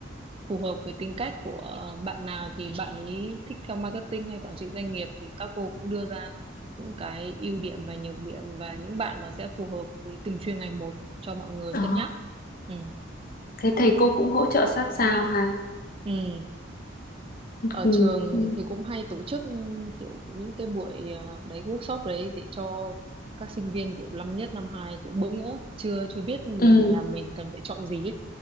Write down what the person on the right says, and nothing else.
phù hợp với tính cách của bạn nào thì bạn ấy thích theo marketing hay quản trị doanh nghiệp thì các cô cũng đưa ra những cái ưu điểm và nhược điểm và những bạn mà sẽ phù hợp với từng chuyên ngành một cho mọi người
cân nhắc ừ
ừ ở
trường
thì cũng hay tổ chức kiểu những cái buổi à, đấy workshop đấy để cho các sinh viên kiểu năm nhất năm hai kiểu bỡ ngỡ chưa chưa biết mình
là mình cần phải chọn gì ấy.